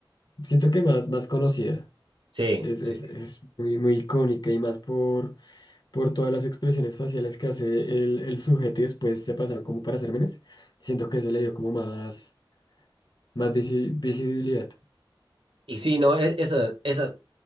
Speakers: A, on the left; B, on the right.
A: siento que más, más conocida.
B: Sí,
A: Es,
B: sí.
A: es, es muy, muy icónica y más por, por todas las expresiones faciales que hace el, el sujeto y después se pasaron como para hacer memes. Siento que eso le dio como más Más visi- visibilidad.
B: Y sí, no, e- esa, esa,